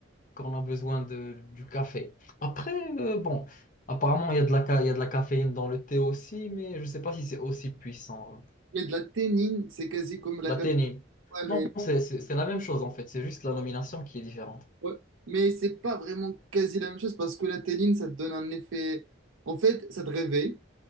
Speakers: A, on the left; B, on the right.
A: qu'on a besoin de, du café. Après, euh, bon, apparemment, il y a de la, ca- il y a de la caféine dans le thé aussi, mais je ne sais pas si c'est aussi puissant.
B: Il y a de la ténine, c'est quasi comme la
A: La
B: caféine.
A: théine.
B: Ouais, mais,
A: Non, c'est c'est- c'est la même chose en fait. C'est juste la nomination qui est différente.
B: ouais. Mais c'est pas vraiment quasi la même chose parce que la ténine, ça te donne un effet. En fait, ça te réveille.